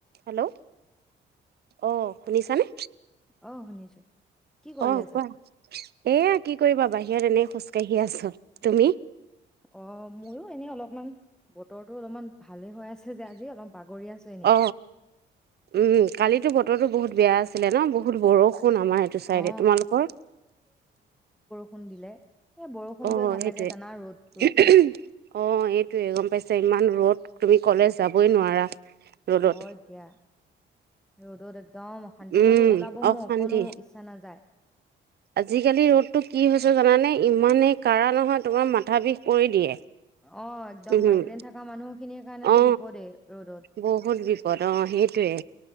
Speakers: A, on the right; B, in the centre.
A: Hello অ শুনিছানে?
B: অ শুনিছো। কি কৰি
A: অ
B: আছা
A: কোৱা? এয়া কি কৰিবা বাহিৰত এনে খোজকাাঢ়ি আছো। তুমি?
B: অ ময়ো এনেই অলপমান বতৰটো অলপমান ভালে হৈ আছে যে আজি অলপ বাগ- গৰি আছো এনেই।
A: অ। উম কালিতো বতৰ বহুত বেয়া আছিলে ন বহুত বৰষুণ আমাৰ এইটো চাইডে
B: অ
A: তোমালোকৰ?
B: ষুণ দিলে। এ বৰষুণটোৱে
A: অ
B: ভাল
A: সেইটোৱে
B: লাগে জানা ৰ'দ ৰ'দকে
A: অ এইটোৱে গম পাইছে ইমান ৰ'দ। তুমি কলেজ যাবই নোৱাৰা। ৰ'দত।
B: হয় দিয়া ৰ'দত একদম অশান্তি
A: উম
B: মোৰতো ওলাব
A: অশান্তি।
B: মোৰ অকোনো ইচ্ছা নাযায়।
A: আজিকালি ৰ'দটো কি হৈ হৈছে জানানে, ইমানেই কাঢ়া নহয় তোমাৰ মাথা বিষ কৰি দিয়ে।
B: অ একদম
A: উম
B: মাইগ্ৰেন থকা মানুহখিনিৰ কাৰণেতো
A: অ
B: বিপদে ৰ'দত।
A: বহুত বিপদ অ সেইটোয়ে